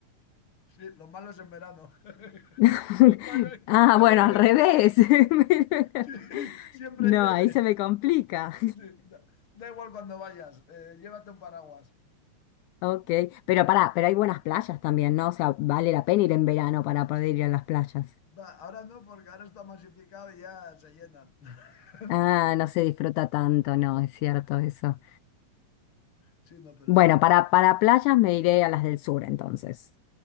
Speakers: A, on the left; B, on the left.
A: Sí, lo malo es en verano. <laughs>
B: <laughs>
A: Que está, llo- que
B: Ah,
A: está
B: bueno,
A: lloviendo.
B: al revés. <laughs>
A: Sí, siempre
B: No,
A: llueve.
B: ahí se me complica.
A: Sí, da, da igual cuando vayas, eh, llévate un paraguas.
B: Ok, pero pará, pero hay buenas playas también, ¿no? O sea, vale la pena ir en verano para poder ir a las playas.
A: Va, ahora no, porque ahora está masificado y ya se llenan. <laughs>
B: Ah,
A: No,
B: no se disfruta tanto, no,
A: no.
B: es cierto eso.
A: Sí, no, pero
B: Bueno,
A: es...
B: para, para playas me iré a las del sur entonces.